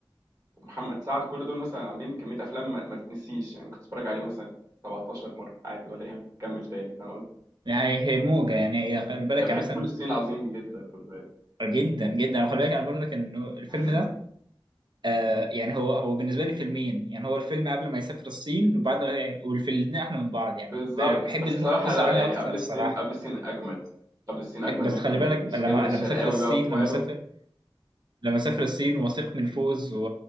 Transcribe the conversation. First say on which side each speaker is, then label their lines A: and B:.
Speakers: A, on the right; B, on the right.
A: ومحمد سعد كل دول مثلا عاملين كمية أفلام ما, ما تتنسيش يعني ممكن تتفرج عليهم مثلا 17 مرة عادي ولا يهم كمل تاني فاهم قصدي؟
B: يعني هي موجه يعني هي خلي بالك
A: يعني
B: يعني
A: بحب
B: مثلا
A: كل السنين العظيم جدا خد بالك
B: جدا جدا خلي بالك انا بقول لك انه الفيلم
A: <laughs>
B: ده آه يعني هو هو بالنسبه لي فيلمين يعني هو الفيلم قبل ما يسافر الصين وبعد ما والفيلم الاثنين احلى من بعض يعني
A: بالظبط
B: بحب
A: بس
B: النص
A: بصراحة لا
B: الاولاني
A: يعني
B: اكتر
A: قبل
B: الصراحه
A: السين قبل السين أجمد قبل السين أجمد
B: بس
A: 100%
B: خلي بالك لما
A: جابر الشرقاوي
B: لما سافر الصين
A: بقى وإخواله
B: لما سافر لما سافر الصين واثق من فوز و...